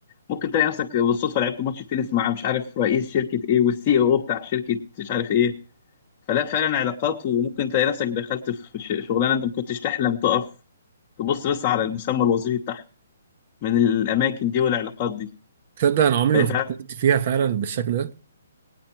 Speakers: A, on the left; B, on the right.
A: ممكن تلاقي نفسك بالصدفه لعبت ماتش تنس مع مش عارف رئيس شركه ايه والسي او بتاع شركه مش عارف ايه فلا فعلا علاقات وممكن تلاقي نفسك دخلت في ش- شغلانه انت ما كنتش تحلم تقف تبص بس على المسمى الوظيفي بتاعها من الاماكن دي والعلاقات دي
B: تصدق انا عمري
A: فهي
B: ما
A: فعلا
B: فكرت فيها فعلا بالشكل ده